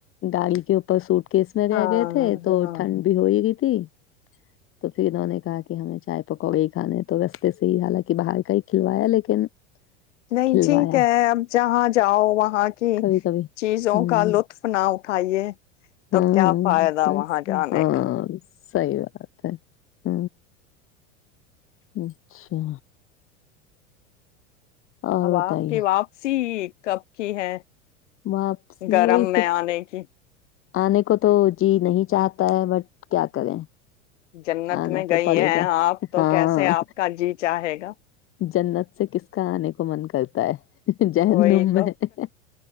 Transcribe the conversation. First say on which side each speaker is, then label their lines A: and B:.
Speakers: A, on the left; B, on the left.
A: گاڑی کے اوپر سوٹ کیس میں رہ
B: ہاں
A: گئے تھے تو
B: ہاں
A: ٹھنڈ بھی ہوئے گی ت تو پھر انہوں نے کہا کہ ہمیں چائے پکا گ ہی کھانے تو رستے سے ہی حالانکہ باہر کا ہی کھلوایا لیکن
B: نہیں
A: کھلوایا
B: ٹھیک ہے اب جہاں جاؤ وہاں کی
A: کبھی کبھی
B: چیزوں
A: ہوں
B: کا لطف نہ اٹھائیے
A: ہاں
B: تو کیا فائدہ
A: بس
B: وہاں جانے
A: ہاں
B: کا
A: صحی بات ہے ہ اچھا اور
B: اب آپ
A: بتائیے
B: کے واپسی کب کی ہے
A: واپسی
B: گرم
A: وہی
B: میں
A: پھر
B: آنے کی
A: آنے کو تو جی نہیں چاہتا ہے بٹ کیا کریں
B: جنت
A: آنا
B: میں
A: تو
B: گئی
A: پڑے
B: ہیں
A: گا
B: آپ تو
A: ہاں
B: کیسے آپ کا جی چاہے گا
A: جنت سے کس کا آنے کو من کرتا ہے جہنم
B: وہی
A: میں
B: تو